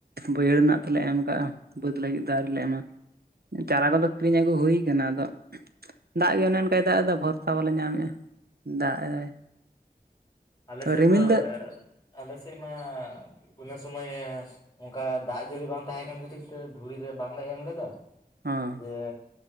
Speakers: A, on the right; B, on the left.
A: ᱵᱟᱹᱭᱦᱟᱹᱲ ᱨᱮᱱᱟᱜ ᱛᱮᱞᱮ ᱮᱢ ᱟᱠᱟᱜᱼᱟ ᱵᱟᱹᱫ ᱞᱟᱹᱜᱤᱫ ᱫᱚ ᱟᱹᱨᱤᱞᱮ ᱮᱢᱟ ᱪᱟᱨᱟ ᱠᱚᱫᱚ ᱠᱤᱨᱤᱧ ᱟᱹᱜᱩ ᱦᱩᱭ ᱠᱟᱱᱟ ᱟᱫᱚ ᱫᱟᱜ ᱜᱮ ᱚᱱᱮ ᱚᱱᱠᱟᱭ ᱫᱟᱜ ᱮᱫᱟ ᱵᱷᱚᱨᱥᱟ ᱵᱟᱞᱮ ᱧᱟᱢᱮᱫᱼᱟ ᱫᱟᱜ ᱮᱫᱟᱭ
B: ᱟᱞᱮᱥᱮᱫ
A: ᱛᱚ ᱨᱤᱢᱤᱞ
B: ᱫᱚ ᱟᱞᱮᱥᱮᱫ ᱢᱟ ᱤᱱᱟᱹ ᱥᱩᱢᱟᱹᱭ ᱮ ᱚᱱᱠᱟ ᱫᱟᱜ ᱡᱟᱹᱲᱤ ᱵᱟᱝ ᱛᱟᱦᱮᱸ ᱠᱟᱱ ᱠᱷᱟᱹᱛᱤᱨ ᱛᱮ ᱫᱷᱩᱲᱤ ᱨᱮ ᱵᱟᱝᱞᱮ ᱮᱢ ᱞᱮᱫᱟ
A: ᱦᱚᱸ
B: ᱡᱮ